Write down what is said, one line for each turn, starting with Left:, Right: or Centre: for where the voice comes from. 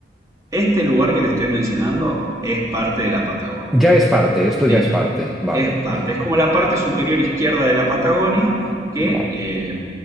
Right: este lugar que te estoy mencionando es parte de la Patagonia,
Centre: Ya es parte, esto ya
Right: ¿sí?
Centre: es parte. Vale,
Right: es parte,
Centre: vale,
Right: es como la parte superior izquierda de la Patagonia, que,
Centre: vale.
Right: eh,